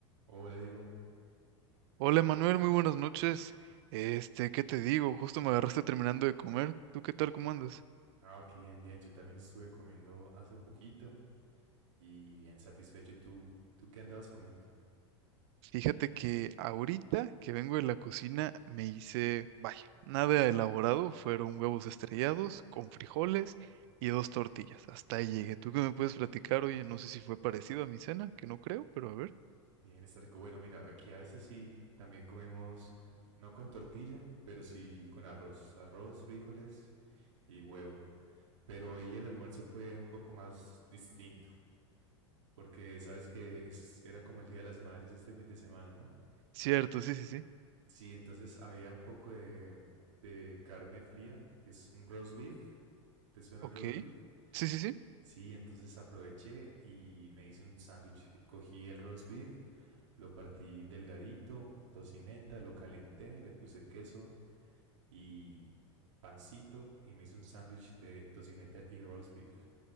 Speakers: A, on the right; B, on the right.
A: Hola Diego.
B: Hola Manuel, muy buenas noches. Este, ¿qué te digo? Justo me agarraste terminando de comer. ¿Tú qué tal, cómo andas?
A: Ah, qué bien, bien. Yo también estuve comiendo hace poquito y bien satisfecho. ¿Y tú? ¿Tú qué andabas comiendo?
B: Fíjate que ahorita que vengo de la cocina me hice, vaya, nada elaborado, fueron huevos estrellados con frijoles y dos tortillas. Hasta ahí llegué. ¿Tú qué me puedes platicar? Oye, no sé si fue parecido a mi cena, que no creo, pero a ver.
A: Bien, está rico. Bueno, mira, aquí a veces sí, también comemos, no con tortilla, pero sí con arroz. Arroz, frijoles y huevo. Pero hoy el almuerzo fue un poco más distinto, porque sabes que es, era como el Día de las Madres este fin de semana, ¿no?
B: Cierto, sí, sí, sí.
A: Sí, entonces había un poco de, de carne fría, que es un roast beef. ¿Te suena
B: Ok.
A: el roast beef?
B: Sí, sí, sí.
A: Sí, entonces aproveché y me hice un sándwich. Cogí el roast beef, lo partí delgadito, tocineta, lo calenté, le puse queso y pancito y me hice un sándwich de tocineta y roast beef.